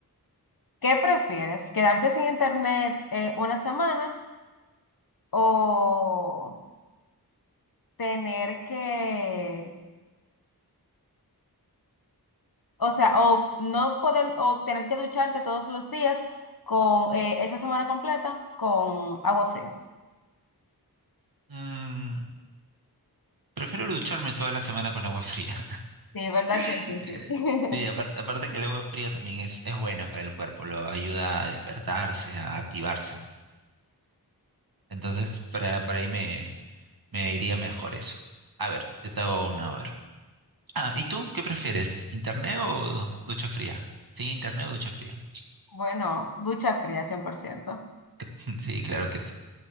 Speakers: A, on the left; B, on the right.
A: ¿Qué prefieres? ¿Quedarte sin internet eh, una semana o... tener que, o sea, o no poder, o tener que ducharte todos los días con eh, esa semana completa con agua fría.
B: Mm, Prefiero ducharme toda la semana con agua fría.
A: Sí, ¿verdad que
B: <laughs>
A: sí, sí?
B: Eh,
A: <laughs>
B: Sí, apar- aparte, que el agua fría también es, es buena para el cuerpo, lo ayuda a despertarse, a activarse. Entonces, para, para ahí me, me iría mejor eso. A ver, yo te hago una, a ver. Ah, ¿y tú qué prefieres? ¿Internet o ducha fría? Sí, internet o ducha fría.
A: Bueno, ducha fría, 100%.
B: <laughs> Sí, claro que sí.